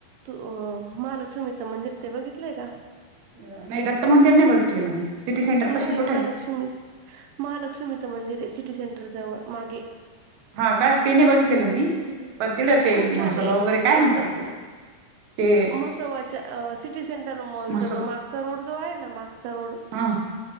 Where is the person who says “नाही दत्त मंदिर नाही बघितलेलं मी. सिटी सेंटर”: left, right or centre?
Right